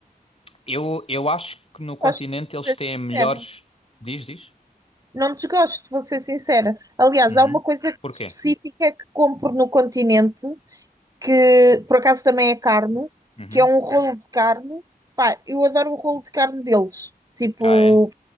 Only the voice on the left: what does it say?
Eu, eu acho que no continente
eles
têm
melhores. Diz, diz?
Uhum,
Porquê?
uhum.
Ah, é?